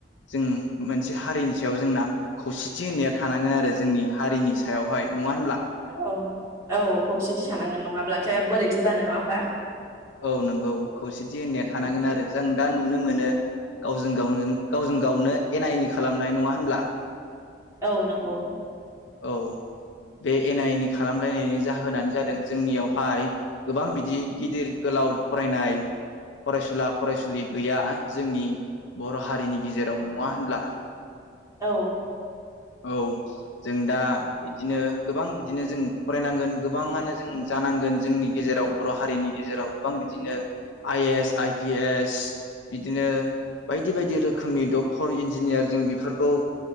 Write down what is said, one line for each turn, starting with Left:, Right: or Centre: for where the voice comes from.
Left: जों मोनसे हारिनि सायाव जोंना खौसेथि होननाया थानांगोन आरो जोंनि हारिनि सायावहाय नंङा
Right: औ औ खौसेथि थानांगोन नंङाब्ला थाया बोरैथो जानो नंङा होमबा?
Left: औ नंगौ खौसेथि होनाया थानांगोन
Right: औ
Left: आरो जों दा नुनो मोनो गावजों गाव गावजों गावनो एना एनि खालामनाय नंङा होनब्ला?
Right: औ नंगौ।
Left: औ बे एना एनि खालामलायनायनि जाहोनानो जादों जोंनियावहाय गोबां बिदि गिदिर गोलाव फरायनाय फरायसुला फरायसुलि गैया जोंनि बर' हारिनि गेजेराव नंङा होनब्ला?
Right: औ
Left: औ जों दा बिदिनो गोबां बिदिनो जों फरायनांगोन गोबांङानो जों जानांगोन जोंनि गेजेराव बर' हारिनि गेजेराव गोबां बिदिनो I A S, I P S बिदिनो बायदि बायदि रोखोमनि डक्टर, इन्जिनियार जों बेफोरखौ